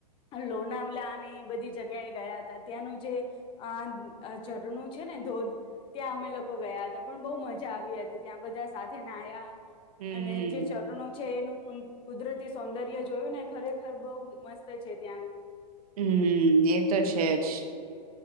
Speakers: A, on the left; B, on the right.
A: લોનાવલા અને એ બધી જગ્યાએ ગયા હતા. ત્યાંનું જે આ ઝરણું છે ને ધોધ ત્યાં અમે લોકો ગયા હતા પણ બહુ મજા આવી હતી ત્યાં બધા સાથે નાયા
B: હમ
A: અને જે ચરણો છે એનું કુદરતી સૌંદર્ય જોયું ને ખરેખર બહુ મસ્ત છે ત્યાંનું.
B: હમ્મ, એ તો છે જ.